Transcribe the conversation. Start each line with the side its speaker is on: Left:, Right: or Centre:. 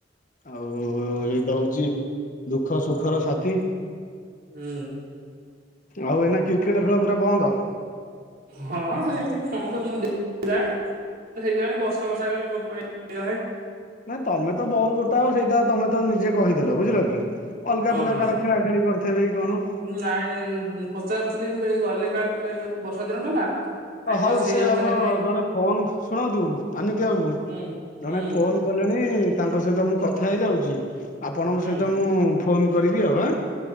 Left: ଆଉ ଏଇତ ହଉଚି ଦୁଃଖ ସୁଖର ସାଥି।
Right: ହୁଁ।
Left: ଆଉ ଏଇନା କ୍ରିକେଟ୍ ଖେଳ ପୁରା ବନ୍ଦ?
Right: ହଁ ସେମିତି ଫନ୍ ତ ମୁଁ ଦେ ଯାଏ। ତ ହେଇଗଲାଣି ବର୍ଷା ଫର୍ଷା ହେଇଲାଣି ପାଣି ଏଇ ଗଲାଣି।
Left: ନାଇଁ ତମେ ତ ବଲ୍ ଗୋଟେ ତ ସେଇଟା ତମେ ତ ନିଜେ କହିଦେଲ ବୁଝିଲ କି। ଅଲଗା
Right: ହଁ
Left: ପିଲା
Right: ହଁ
Left: କାଳେ ଖେଳା ଖେଳି କରିଥେବେ କଣ?
Right: ନାଇଁ ଉ ପଚାରୁଥିଲି ମୁଁ ଗଲି କା ଟିକେ ବର୍ଷା ଦିନ ଟା ନା। ଟାଇମ
Left: ହଉ
Right: ପାସ୍
Left: ସେ
Right: ହେଇଯାନ୍ତା
Left: ଆମର
Right: ସେଠି ଯାଇ
Left: ଜଣେ ଫୋନ ଶୁଣନ୍ତୁ ଅନତି ବାବୁ
Right: ହୁଁ
Left: ଜଣେ
Right: ହୁଁ
Left: ଫୋନ କଲେଣି ତାଙ୍କ ସହିତ ମୁଁ କଥା ହେଇଯାଉଚି ଆପଣଙ୍କ
Right: ହୁଁ
Left: ସହିତ ମୁଁ ଫୋନ କରିବି ଆଉ ହ।